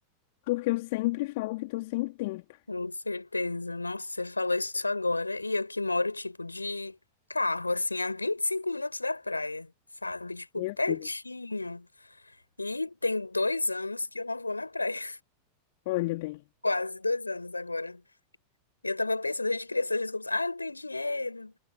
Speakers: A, on the left; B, on the left.
A: porque eu sempre falo que estou sem tempo.
B: com certeza. Nossa, você falou isso agora. E eu que moro, tipo, de carro, assim, a 25 minutos da praia, sabe? Tipo,
A: Meu
B: pertinho.
A: Deus,
B: E tem dois anos que eu não vou na praia.
A: olha bem.
B: <laughs> Quase dois anos agora. E Eu tava pensando, a gente cria essas desculpas. Ah, não tem dinheiro.